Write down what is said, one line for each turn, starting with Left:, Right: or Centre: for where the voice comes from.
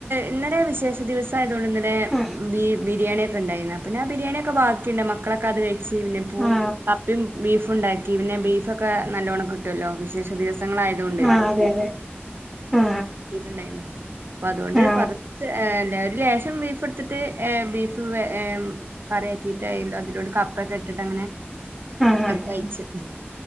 Right: ഇന്നലെ വിശേഷ ദിവസയായിരിന്നു ഇത്തവണ ഇന്നലെ
Centre: ആ
Right: ബി ബിരിയാണിയൊക്കെ ഉണ്ടായിരുന്നു പിന്നെ ബിരിയാണിയ ഒക്കെ ബാക്കിയുണ്ടായിരുന്നു മക്കളൊക്കൊയത് കഴിച്ചു
Centre: ആ
Right: കപ്പയും ബിഫും ഉണ്ടായിരുന്നു പിന്നെ ബീഫ് ഒക്കെ നല്ലോണം കിട്ടുയല്ലോ വിശേഷ- ദിവസങ്ങൾയായത് കൊണ്ട്
Centre: ആ
Right: <inaudible>
Centre: അതെ അതെ
Right: അപ്പൊ
Centre: ആ
Right: ഞൻ കിട്ടിട്ടുണ്ടായിന്ന് അപ്പൊ അതുകൊണ്ട്
Centre: ആ
Right: കുറച്ച് ആ- എല്ലാരും ഒരു ലെശം ബീഫ് എടുത്തിട്ട് ബീഫ് കറിയാക്കിയിട്ട് അതിലോട്ട് കപ്പക്കെ ഇട്ടിട്ട് അങ്ങനെ
Centre: ആ ആ
Right: കഴിച്ചു